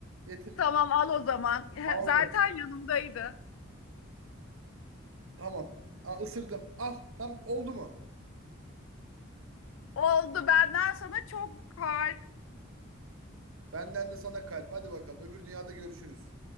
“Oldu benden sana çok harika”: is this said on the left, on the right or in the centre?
Left